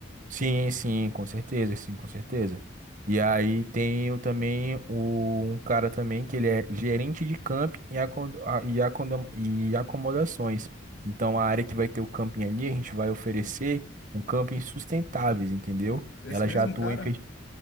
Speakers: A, on the right (about 40°); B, on the left (about 85°).
A: Sim, sim, com certeza, sim, com certeza. E aí tem o, também o, um cara também que ele é gerente de camping e, acom- a- e, acondam- e acomodações. Então a área que vai ter o camping ali, a gente vai oferecer um camping sustentáveis, entendeu?
B: Esse
A: Ela
B: mesmo
A: já atua
B: cara?
A: em